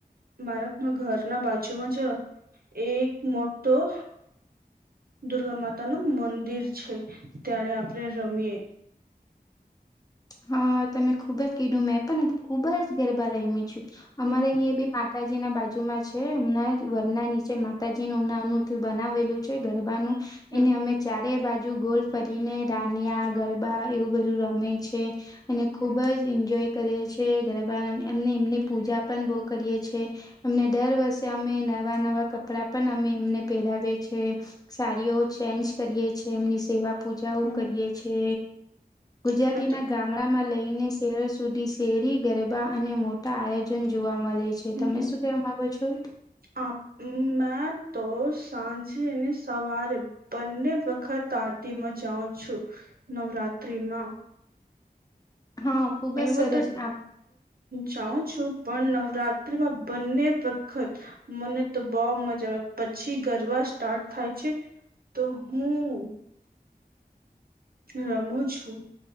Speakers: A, on the right; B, on the left.
A: મારા ઘરના બાજુમાં જ એક મો તો હ દુર્ગા માતા ન મંદિર છે, ત્યારે આપણે રમીએે.
B: હા, તમે ખુબ જ કીધું મેં પણ ખુબ જ ગરબા રહીમી છું. અમારે
A: હમ
B: અહીં એ બી માતાજી ના બાજુમાં છે. એમના વરના નીચે માતાજી ન નાનું બનાવેલું છે ગરબાનું
A: હમ
B: એને અમે ચારે બાજુ ગોલ કરીરીને રાનિયા ગરબા એવું બધું રમે છે. અને ખુબ જ એન્જોય કરીએ છે, ગરબા એમને એમની પૂજા પણ બો કરીએ છે. એમને દર વર્ષે અમે નવા નવા કપડા પણ અમે એમને પહેરાવીએ છે. સારીઓ ચેન્જ કરીએે છીએ એમની સેવા પૂજાઓ
A: હમ
B: કરીએ છે, ગુજરાતીના
A: અમે તો
B: ગામડામાં લઈને શહેરો સુધી શેરી ગરબા અને મોટા આયોજન જોવા મલે છે.
A: હમ
B: તમે શું કેવા માંગો છો?
A: આ મેં તો સાંજે ને સવારે બંને વખત આરતીમાં જાાવુ છું નવરાત્રીમાં
B: હા. ખુબ
A: એમાં
B: જ સરસ
A: તો
B: આપ
A: જાઉ છું પણ નવરાત્રીમાં બંને વખત મને તો બો મજા આવે પછી ગરબા સ્ટાર્ટ થાય છે, તો હું રમું છું